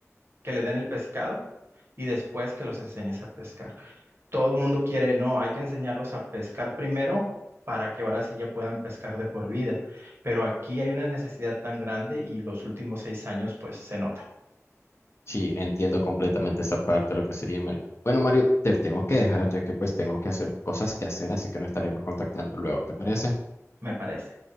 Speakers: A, on the right (about 50°); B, on the left (about 50°).
A: que le den el pescado y después que los enseñes a pescar. Todo mundo quiere, no, hay que enseñarlos a pescar primero para que ahora sí ya puedan pescar de por vida. Pero aquí hay una necesidad tan grande y los últimos seis años pues se notan,
B: Sí, entiendo completamente esa parte, de lo que sería Mario. Bueno, Mario, te tengo que dejar ya que pues tengo que hacer cosas que hacer, así que nos estaremos contactando luego, ¿te parece?
A: me parece.